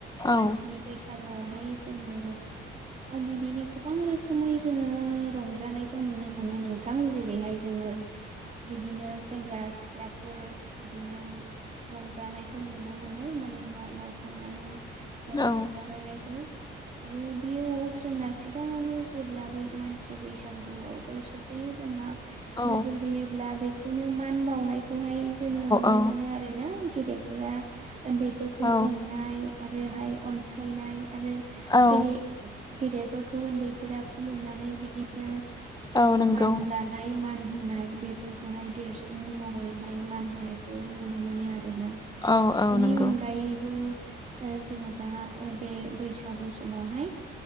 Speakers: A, on the right; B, on the left.
A: मानसिनि
B: औ
A: बैसागुआवहाय जोङो बिदिनो गोबां रोखोमै जोङो रंजानायखौ नुनो मोनो नोंथां जेरैहाय जोङो बिदिनो सेंग्रा सिख्ला फोर बिदिनो रंजानायखौ नुनो मोनो माने न' न' थांनानै
B: औ
A: रंजाबायनायखौ आरो बेयाव जोंना सिगाङावनो जेब्लाबो मानसि बैसागु जाय सफैयो जोंहा
B: औ
A: नोजोर होयोब्ला बेखौनो मान बावनाय हाय जोङो नुनो
B: औ
A: मोनो आरोना गेदेरफोरा उन्दैफोरखौ
B: औ
A: अननाय आरो आरोहाय अनसायनाय आरो
B: औ
A: गेरे गेदेरफोरखौ उन्दैफोरा खुलुमनानै बिदिनो
B: औ नंगौ
A: मान लानाय मान होनाय बेफोरखौहाय देरसिन महरैहाय मान होनायखौ नुनो मोनो आरो आरोना
B: औ औ
A: बेनि
B: नंगौ
A: अनगायैबो जेन'बा बे बैसागु समावहाय